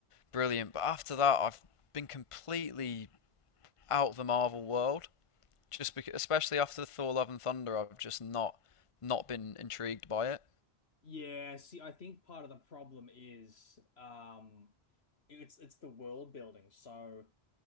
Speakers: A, on the left; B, on the left.
A: brilliant. But after that, I've been completely out of the Marvel world. Just because, especially after Thor: Love and Thunder, I've just not not been intrigued by it.
B: Yeah, see, I think part of the problem is um it's it's the world building. So